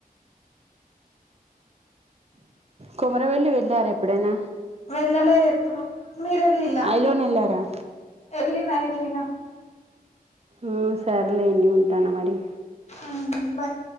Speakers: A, on the right; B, on the left.
A: కొమరవెళ్లి వెళ్ళార ఎప్పుడైన
B: వెళ్ళలేద్ ఎప్పుడు మీరెలిల్లా
A: ఐలోన్ వెళ్ళారా
B: ఎర్లిన ఎర్లిన
A: ఉమ్ సర్లే అండి ఉంటాన మరి
B: ఉమ్ బయ్